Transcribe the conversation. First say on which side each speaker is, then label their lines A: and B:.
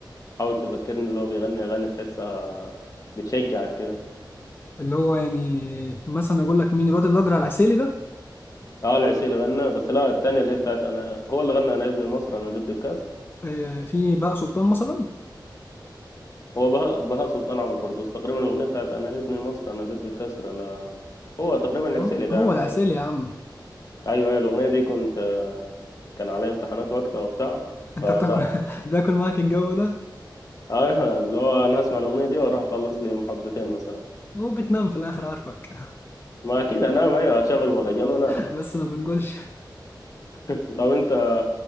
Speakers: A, on the left; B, on the left.
A: حاول تفكرني اللي هو بيغني أغاني تحسها بتشجعك كده
B: اللي هو يعني مثلا اقول لك مين الواد الاجرع العسيلي ده
A: اه العسيل غنى بس لا التانية اللي هي بتاعت أنا هو اللي غنى أنا ابن مصر أنا ضد الكسر
B: آه، في بقى سلطان مثلا
A: هو بهاء بهاء سلطان عمر برضه بس تقريبا الأغنية بتاعت أنا ابن مصر أنا ضد الكسر أنا هو تقريبا العسيلي
B: هو
A: ده
B: هو
A: يا عم
B: العسيلي
A: أيوة
B: يا عم
A: أيوة أيوة الأغنية دي كنت كان عليا امتحانات وقتها وبتاع
B: انت
A: فلا
B: بتاكل <laughs> بتاكل معاك الجو ده
A: اه، ايوه اللي هو انا هسمع الاغنيه دي واروح اخلص لي محاضرتين مثلا
B: هو بتنام في الاخر عارفك
A: ما اكيد انام ايوه هشغل مهرجان وانام
B: <laughs> بس ما بنقولش
A: طب انت